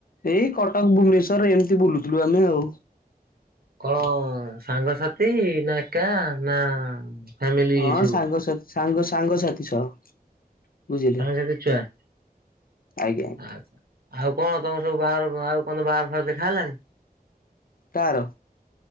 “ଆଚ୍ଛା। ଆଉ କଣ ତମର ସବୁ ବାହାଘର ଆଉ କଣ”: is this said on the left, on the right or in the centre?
Right